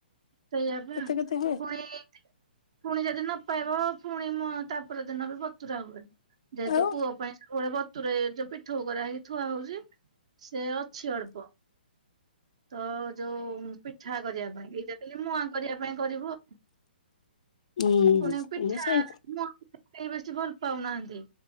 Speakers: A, on the right; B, on the left.
A: ସେୟାପା
B: କେତେ କେତେ ହୁଏ
A: ଫୁଣି ପୁଣି ଯଦି ନପାଇବା ପୁଣି ମ ତା ର ଦିନ ବି ବତୁରା ହୁଏ ଯେହେତୁ
B: ଆଉ
A: ପୁଅ ପାଇଁ ସବୁବେଳେ ବ ତରେ ଯୋଉ ପିଠ କର ହେଇକି ଥୁଆ ହଉଛି ସେ ଅଛି ଅଳ୍ପ ତ ଯୋଉ ପିଠା କରିବା ପାଇଁ ଏଇଟା କହିଲି ମୁ ଆଁ କରିବା ପାଇଁ କରିବୁ।
B: ହୁଁ
A: ପୁଣି ପିଠା
B: ହୁଁ ସେଇ
A: ମ କେହି ବେଶୀ ଭଲ ପାଉନାହାନ୍ତି